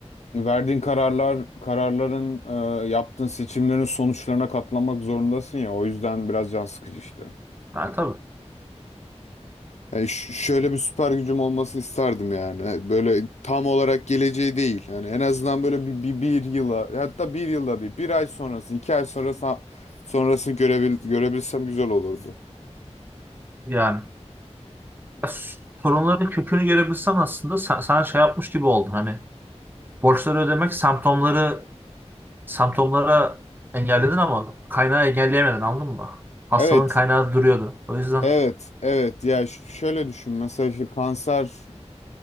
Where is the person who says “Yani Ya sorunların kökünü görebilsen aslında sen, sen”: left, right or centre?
Right